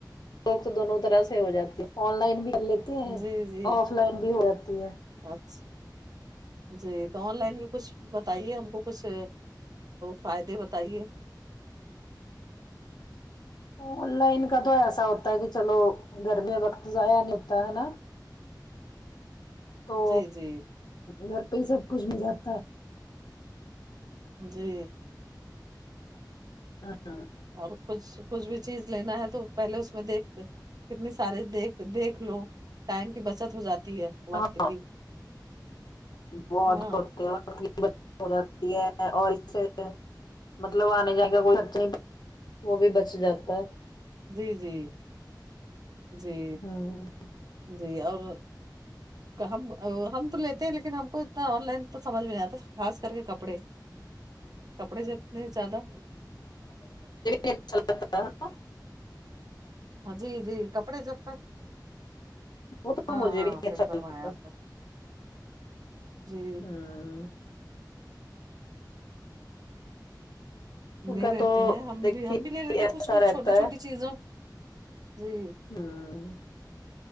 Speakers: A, on the left; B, on the right.
A: ایک تو دونوں طرح سے ہو جاتی ہیں آن لائن بھی کر لیتے ہیں
B: جی جی
A: آف لائن بھی ہو جاتی ہے
B: اچھا جی تو آن لائن کے کچھ بتائیے ہم کو کچھ فائدے بتائیے
A: آن لائن کا تو ایسا ہوتا ہے کہ چلو گھر میں وقت ضائع نہیں ہوتا ہے نا تو
B: جی جی
A: گھر پہ ہی سب کچھ مل جاتا ہے
B: جی
A: ہاں
B: اور کچھ کچھ بھی چیز لینا ہے تو پہلے اس میں دیکھتے ہیں کتنی سارے دیکھ دیکھ لو ٹائم کی بچت ہو جاتی ہے وقت
A: ہاں
B: کی
A: بہت
B: ہاں
A: بہت <unintelligible> ت ہو جاتی ہے اور اس <unintelligible> مطلب آنے جانے کا کوئی خرچ ہی نہیں وہ بھی بچ بچ جاتا ہے
B: جی جی جی
A: ہوں
B: جی اور ہم ہم تو لیتے ہیں لیکن ہم کو اتنا آن لائن تو سمجھ میں نہیں آتا خاص کر کے کپڑے کپڑے جتنے زیادہ
A: اچھا لگتاا <inaudible> <inaudible>
B: ہاں جی جی کپڑے جب تک
A: وہ تو
B: ہاں
A: مجھے
B: ہاں
A: بھی نہیں
B: صحیح
A: اچھا
B: فرمایا
A: لگتا
B: آپ نے جی
A: ہوں ان
B: لے
A: کا
B: لیتے
A: تو
B: ہیں ہم
A: دیکھیے
B: بھی ہم بھی لے لیتے
A: ایسا
B: کچھ کچھ
A: رہتا
B: چھوٹی چھوٹی
A: ہے
B: چیزوں جی
A: ہوں